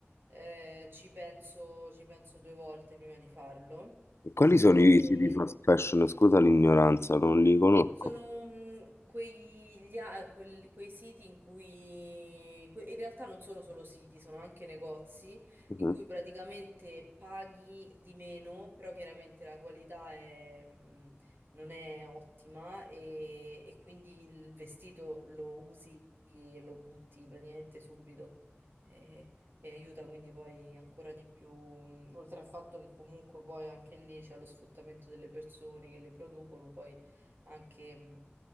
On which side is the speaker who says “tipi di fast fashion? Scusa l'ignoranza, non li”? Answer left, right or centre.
Left